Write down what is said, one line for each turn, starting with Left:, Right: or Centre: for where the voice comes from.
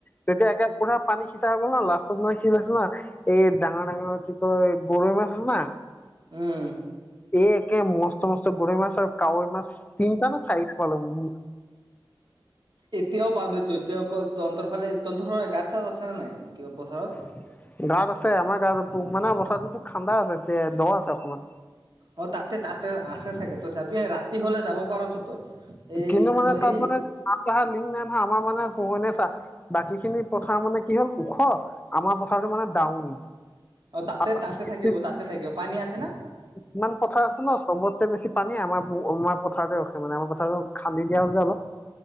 Left: তেতিয়া একে পুৰা পানী সিঁচা হ'ল ন' লাষ্টত মানে কি হৈছে ন' এই ডাঙৰ, ডাঙৰ কি কয় গৰৈ মাছ আছে না?
Right: উম।
Left: এ একে মস্ত, মস্ত গৰৈ মাছ আৰু কাৱৈ মাছ তিনিটা নে চাৰি পালো <inaudible>
Right: এতিয়াও পাবিতো এতিয়াক তহন্তৰ ফালে তহন্তৰ ফালে গাঁত চাত আছে নে নাই কিবা পথাৰত?
Left: গাত আছে, আমাৰ গাত, মানে, পথাৰটোতো খান্দা আছে, তে দ আছে অকমান।
Right: অ' তাতে তাতে আছে চাগে তই চাবি ৰাতি হ'লে যাব পাৰাতো তই। এই
Left: কিন্তু
Right: কিবা
Left: মানে
Right: হেৰি
Left: তাত মানে <unintelligible> লিংক নাই নহয় আমাৰ মানে পোহনে চা বাকী খিনি পথাৰ মানে কি হ'ল ওখ আমাৰ পথাৰটো মানে ডাউন
Right: অ তাতে
Left: <unintelligible>
Right: তাতে থাকিব তাতে থাকিব পানী আছে না
Left: ইমান পথাৰ আছে ন' চবতে বেছি পানী আমাৰ আমাৰ পথাৰতে ৰখে মানে আমাৰ পথাৰ আৰু খান্দি দিয়া হয় যে অলপ।